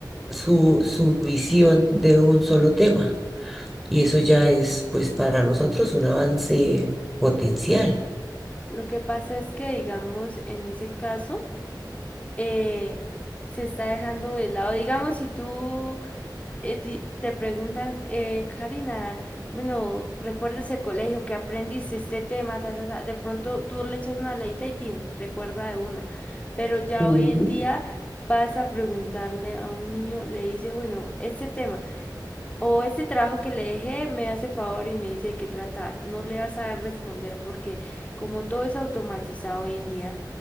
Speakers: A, in the centre; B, on the left.
A: su, su visión de un solo tema. Y
B: Lo
A: eso ya
B: que,
A: es, pues, para nosotros un avance potencial.
B: lo que pasa es que, digamos, en ese caso, eh, se está dejando de lado. Digamos, si tú eh, di- te preguntan, eh, Karina, bueno, ¿recuerdas el colegio que aprendiste este tema? Ta, ta, ta", De pronto tú le echas una leita y tin, recuerda de una. Pero ya
A: Ujú.
B: hoy en día vas a preguntarle a un niño, le dice, bueno, este tema. O ese trabajo que le dejé me hace favor y me dice de qué trata. No le vas a responder porque como todo es automatizado hoy en día,